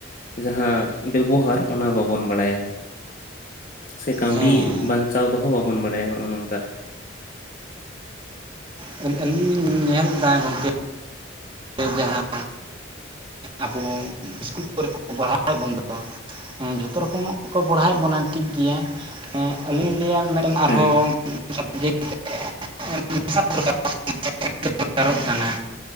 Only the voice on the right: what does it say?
ᱦᱮᱸ
ᱦᱮᱸ ᱟᱹᱞᱤᱧ ᱧᱮᱞᱫᱟ ᱜᱚᱢᱠᱮ ᱡᱟᱦᱟᱸ ᱟᱵᱚ ᱤᱥᱠᱩᱞ ᱠᱚᱨᱮ <inaudible> ᱦᱮᱸ ᱡᱷᱚᱛᱚ ᱨᱚᱠᱚᱢᱟᱜ ᱠᱚ ᱯᱟᱲᱦᱟᱣᱮᱫ ᱵᱚᱱᱟ ᱴᱷᱤᱠ ᱜᱮᱭᱟᱸ ᱟᱞᱤᱧ ᱞᱟᱹᱭᱟ ᱢᱤᱫᱴᱮᱱ ᱟᱨᱦᱚᱸ
<unintelligible> <unintelligible> ᱫᱚᱨᱟᱨᱚᱜ ᱠᱟᱱᱟ